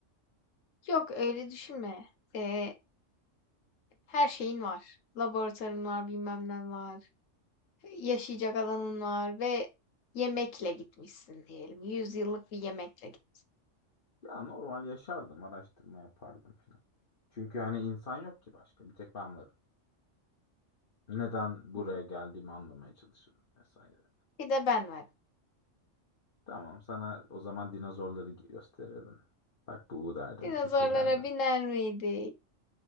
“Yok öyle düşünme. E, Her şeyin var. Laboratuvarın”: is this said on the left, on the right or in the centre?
Left